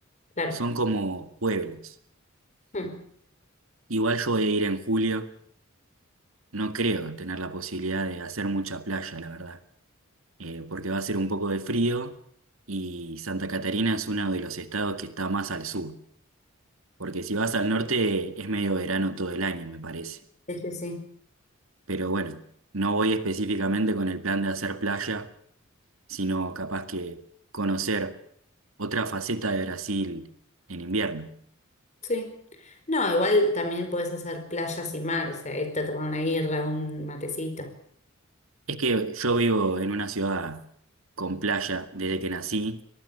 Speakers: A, on the left; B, on the right.
A: Claro.
B: Son como pueblos.
A: Mm.
B: Igual yo voy a ir en julio. No creo tener la posibilidad de hacer mucha playa, la verdad. Eh, porque va a ser un poco de frío y Santa Catarina es uno de los estados que está más al sur. Porque si vas al norte es medio verano todo el año, me parece.
A: Sí, sí, sí.
B: Pero bueno, no voy específicamente con el plan de hacer playa, sino capaz que conocer otra faceta de Brasil en invierno.
A: Sí. No, igual también puedes hacer playas y mar, o sea, irte a tomar una birra, un matecito.
B: Es que yo vivo en una ciudad con playa desde que nací